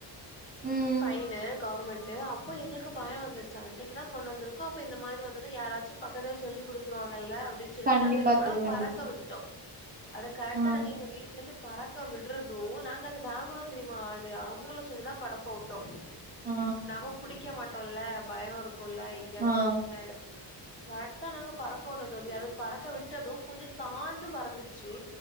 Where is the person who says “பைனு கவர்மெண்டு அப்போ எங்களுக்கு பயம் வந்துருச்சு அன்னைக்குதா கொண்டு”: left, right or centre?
Left